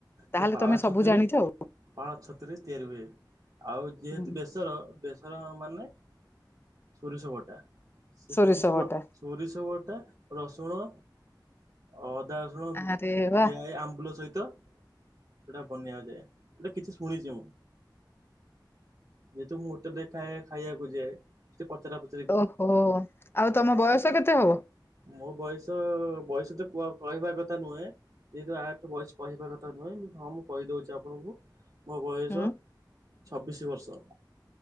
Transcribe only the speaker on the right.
ସେ ପାଳ
ଛତୁରେ
ପାଳଛତୁରେ ତିଆରି ହୁଏ ଆଉ ଯେହେତୁ
ବେସର ଧର ମାନେ ସୋରିଷ ବଟା। ସେସୋରିଷ
ବ ସୋରିଷ ବଟା ରସୁଣ ଅ ଅଦା ରସୁଣ
ଏଇ ଆମ୍ବୁଲ ସହିତ ସେଟା ବନିଆଯାଏ ଏଟା କିଛି ଶୁଣିଚି ମୁଁ। ଯେହେତୁ ମୁଁ ହୋଟେଲରେ ଖାଏ ଖାଇବାକୁ ଯାଏ ସେଠି ପଚରା ପଚୁରି
ମୋ ବୟସ ବୟସତ କୁଆ କହିବା କଥା ନୁହେଁ ଏତ ଆଟ୍ ବୟସ କହିବା କଥା ନୁହେଁ ହଁ ମୁଁ କହିଦଉଚି ଆପଣଙ୍କୁ ମୋ ବୟସ
ଛବିଶି ବର୍ଷ।